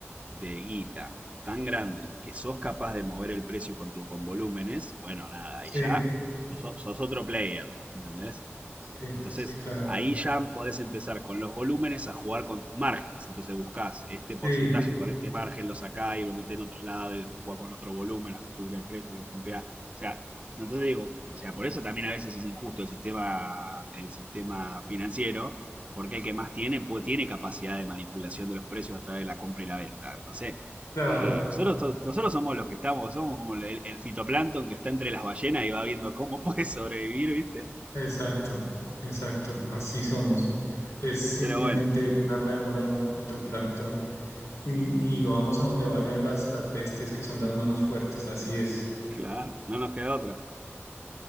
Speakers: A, on the right; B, on the left.
A: de guita tan grande que sos capaz de mover el precio con tu, con volúmenes, bueno, nada, ahí
B: sí,
A: ya sos, sos otro player, ¿entendés?
B: sí,
A: Entonces,
B: sí, claro.
A: Ahí ya podés empezar con los volúmenes a jugar con tus márgenes. Entonces buscás este porcentaje
B: Sí,
A: con este margen, lo sacás y lo metés en otro lado y después jugás con otro volumen, haces subir el precio, lo pumpeás. O sea, entonces digo, o sea, por eso también a veces es injusto el sistema, el sistema financiero, porque el que más tiene, puede- tiene capacidad de manipulación de los precios a través de la compra y la venta. Entonces,
B: claro,
A: eh, nosotros, to- nosotros somos los que estamos, somos como el, el fitoplancton que está entre las ballenas y va viendo cómo puede sobrevivir, ¿viste?
B: exacto, exacto, así somos. Es simplemente
A: Pero bueno.
B: una rémora, un fitoplancton, y, y vamos a donde vayan las, las bestias que son las manos fuertes, así es.
A: Claro, no nos queda otra.